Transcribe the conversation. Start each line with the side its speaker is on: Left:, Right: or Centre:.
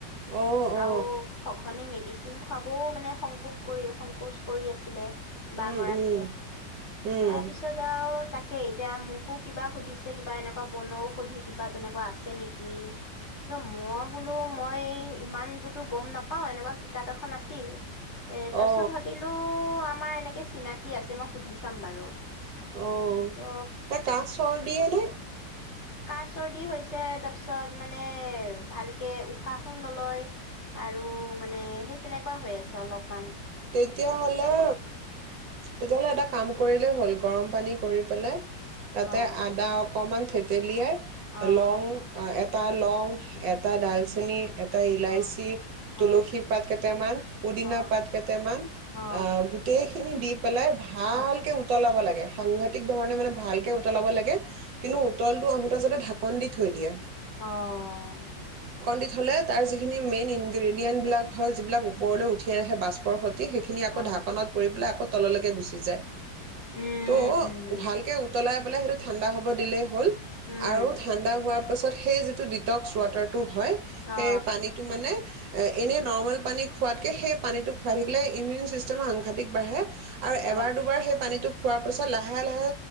Right: অ অ
Left: আৰু সঘনে মে ডিচিন খুৱাবও, মানে, সংকোচ কৰি, সংকোচ কৰি আছিলে। বা
Right: উম
Left: গৰাকীয়ে,
Right: উম উম
Left: তাৰ পিছত, আৰু তাক কে, এতিয়া মোকো কিবা সুধিছে। কিবা এনেকুৱা বনৌষধি, কিবা তেনেকুৱা কোৱা আছে নেকি? মই বোলো, মই ইমানটোতো গম নাপাওঁ। এনেকুৱা কিতাপ এখন আছিল। এ, তাৰপিছত
Right: অ
Left: ভাবিলো আমাৰ এনেকে চিনাকি আছে। মই সুধি চাম বাৰু
Right: অ',
Left: ত'
Right: তাইৰ কাহ-চৰ্দিয়ে নে?
Left: কাহ-চৰ্দি হৈছে। ছে। তাৰ পিছত, মানে, ভালকে উশাহো নলয়। আৰু, মানে, সেই, তেনেকুৱা হৈ আছে অলপ
Right: তেতিয়াহ'লে, তেতিয়াহ'লে এটা কাম কৰিলেই হ'ল গৰম পানী কৰি পেলাই তাতে
Left: অ
Right: আদা অকণমান থেতেলিয়াই
Left: অ
Right: লং এ টা লং এটা ডালচেনী, এটা ইলাচি,
Left: অ
Right: তুলসী
Left: অ
Right: পাত কেইটামান, পুদিনা
Left: অ
Right: পাত কেইটামান,
Left: অ
Right: আ, গোটেই সেইখিনি দি পেলাই, ভালকে
Left: অ
Right: উতলাব লাগে সাংঘাতিক ধৰণে, মানে, ভালকে উতলাব লাগে কিন্তু উতলটো আহোঁতে, যাতে ধা ঢাকুণ দি থৈ দিয়া
Left: অ'।
Right: দি থ'লে, তাৰ যিখিনি মেইন ইনগ্ৰিডিয়েণ্টবিলাক হয়, যিবিলাক ওপৰলৈ উঠি আহে, বাচ পৰ <unintelligible> সেইখিনি আকৌ
Left: অ
Right: ঢাকণত পৰি পেলাই, আকৌ তললৈকে গুচি যায়।
Left: উম
Right: ত'
Left: উম
Right: ভালকে উতলাই, পেললে সেইটো ঠাণ্ডা হব দিলেই হ'ল,
Left: উম
Right: আৰু ঠাণ্ডা হোৱাৰ ত পিছত সেই যিটো ডিটক্স ৱাটাৰ টো হয় সেই
Left: অ
Right: পানীটো মানে, এ এনে নৰ্মেল পানী খোৱাতকে সেই পানীটোক, খাই থাকিলে ইমউন ছিষ্টেমৰ আংশাটিক বাঢ়ে। আৰু এবাৰ
Left: অ
Right: দুবাৰ সেই পানীটোক, খোৱাৰ পিছত লাহে লাহে